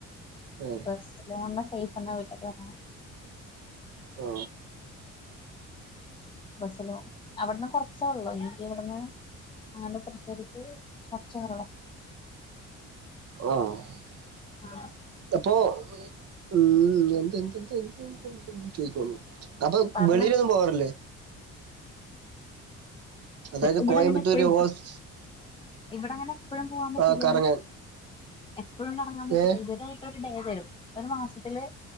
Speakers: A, on the right; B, on the left.
A: ഏ
B: ബസ്സില് വന്ന സെയ്ഫ് ന്നാ വീട്ടക്ക് വരണെ <inaudible>
A: ആ
B: ബസിലോ അവിടുന്ന് കൊറച്ചേ ഉള്ളോ എനിക്ക് ഇവിടുന്ന് അങ്ങ നെ തൃശൂ എനിക്ക് കൊറച്ചേ ഒള്ളു
A: ആഅപ്പൊ
B: ആഹ്
A: ഉ <inaudible> <unintelligible> ചോദിച്ചോളുഅപ്പൊ
B: പറഞ്ഞോ
A: വെളിയിലൊന്നും പോവാറില്ലേ അതായത്
B: ഇവിടെങ്ങനെ
A: കോയമ്പത്തൂര്
B: എപ്പഴും
A: ഹോസ്
B: ഇവിടെ അങ്ങനെ എപ്പഴും പോവാൻ പറ്റില്ല.
A: ആ കറങ്ങാൻ
B: എപ്പഴും കറങ്ങാൻ പറ്റില്ല
A: ഏ
B: ഇവരായിട്ട് ഒരു ഡേ തരും. ഒരു മാസത്തില്